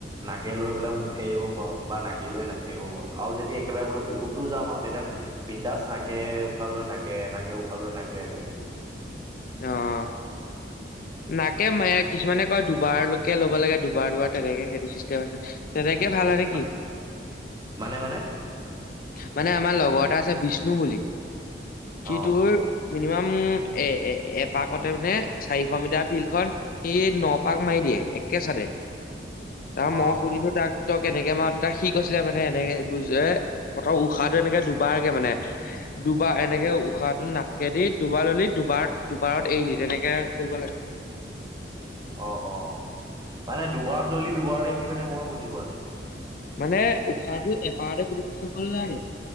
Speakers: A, on the right (about 25°); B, on the left (about 50°).
A: নাকে লৈ বোলে মুখে এৰিব পাৰো বা নাকে লৈ নাকেৰেও পাৰোঁ আৰু যদি একেবাৰে বোলে বহুত দূৰ যাওঁ আৰু তেতিয়া। বিন্দাস নাকে উশালৈ নাকে এনেকে উশাহালৈ নাকে তেনেকে।
B: অহ। নাকে মায়ে কিছুমানে কয় দুবাৰকে ল'ব লাগে দুবাৰ দুবাৰ তেনেকে সেইটো চিষ্টেম আছে তেনেকে। তেতিয়া ভাল হয় নেকি।
A: মা- মানে মানে
B: মানে আমাৰ লগৰ এটা আছে বিষ্ণু বুলি সি
A: অ
B: তোৰ। মিনিমাম এ এপাকতে মানে চাৰি। মিতাৰ ফিল্ড খন সি নপাক মাৰি দিয়ে একে চাৰে। তাক
A: অ
B: মই সুধিলোঁ তাক। তই কেনেকে মাৰ তাক সি কৈছিলে মানে এনেকে বুজ ত প্ৰথম উশাহটো এনেকে দুবাৰকে মানে। দুবাৰ এনেকে উশাহটো নাকে দি দুবাৰ ললি দুবাৰ দুবাৰত এৰিল তেনেকে। কৰিব লাগে।
A: অ অ মানে দুবাৰ ললি দুবাৰতে এৰিলি মানে মই বুজি পোৱা নাই।
B: মানে উশাহটো এবাৰতে গোটেইখিনি লব নালাগে।